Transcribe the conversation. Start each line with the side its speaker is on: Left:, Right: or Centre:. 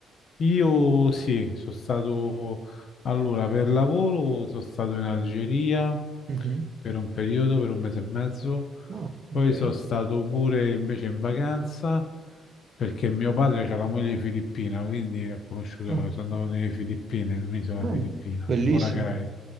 Left: Io sì, sono stato allora per lavoro, sono stato in Algeria
Right: Mhm.
Left: per un periodo, per un mese e mezzo,
Right: Oh,
Left: poi
Right: ok.
Left: sono stato pure invece in vacanza perché mio padre ha la moglie filippina, quindi ho conosciuto,
Right: Ah,
Left: sono andato nelle Filippine, in un'isola
Right: ah,
Left: filippina,
Right: bellissimo,
Left: Boracay,